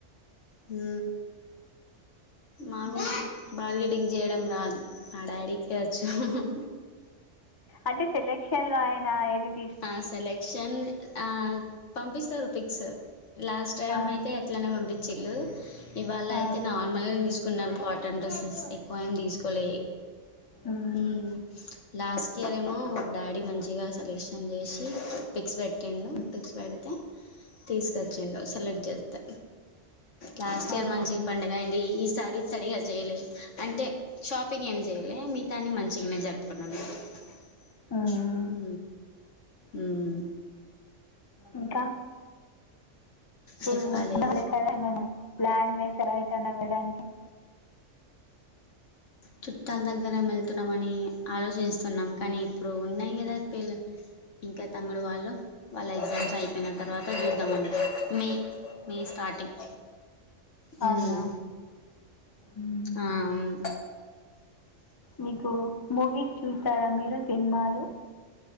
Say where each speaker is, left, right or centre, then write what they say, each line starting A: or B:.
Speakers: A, on the left; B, on the left.
A: హు మాకు
B: మ్మ్.
A: బాలీడింగ్ చేయడం రాదు ఆ డాడీకే వచ్చు <inaudible>
B: అంటే సెలెక్షన్ లోయన <inaudible>
A: ఆ సెలెక్షన్ ఆ పంపిస్తారు ఫిక్స్ లాస్ట్ టైం
B: ఆ,
A: అయితే ఎట్లనే పంపించ చిల్ ఇవాళ
B: ఆ,
A: అయితే నార్మల్గా తీసుకున్నాం కాటన్ డ్రెస్సెస్ ఎక్కువ ఏమి తీసుకోలే
B: ఉమ్,
A: హు లాస్ట్ ఇయర్ ఏమో డాడీ మంచిగా సెలెక్ష న్ చేసి పిక్స్ పెట్టిండు
B: ఉమ్,
A: పిక్స్ పెడితే తీసుకొచ్చిండు సెలెక్ట్ చేస్తే లాస్ట్ ఇయర్
B: అవునా
A: మంచి పండుగ అయింది ఈసారీ సరిగా చేయలేదు అంటే షాపింగ్ ఏం చేయలేదు మిగతా అన్ని మంచిగానే జరుగు ప్పన హు
B: ఉమ్,
A: ఉమ్
B: ఇంకా ప్పుడు
A: చెప్పాలి
B: రాలే కదా ఏమైనా ప్లాన్ వేసారా కెన వెడానికి
A: చుట్టాల దగ్గర వెళ్తున్నామని ఆలోచిస్తున్నాం కానీ ఇప్పుడు ఉన్నాయి కదా పిల్ ఇంకా తమ్ముడు వాళ్ళు వాళ్ళ ఎగ్జామ్స్ అయిపోయిన తర్వాత చూద్దామని మే మీ స్టార్టింగ్ హ్మ్
B: అవునా ఉమ్,
A: ఆ అవును
B: మీకు మూవీస్ చూస్తారా మీరు సినిమాలు